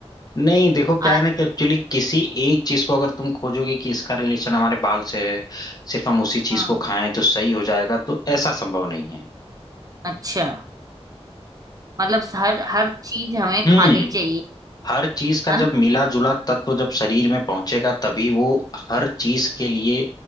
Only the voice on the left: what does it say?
नहीं देखो क्या
है ना कि एक्चुअली किसी एक चीज को अगर तुम खोजोगे कि इसका रिलेशन हमारे बाल से है सिर्फ हम उसी चीज
को खाएं तो सही हो जाएगा तो ऐसा संभव नहीं है
हम्म
हर चीज का
जब मिला जुला तत्व जब शरीर में पहुंचेगा तभी वो हर चीज के लिए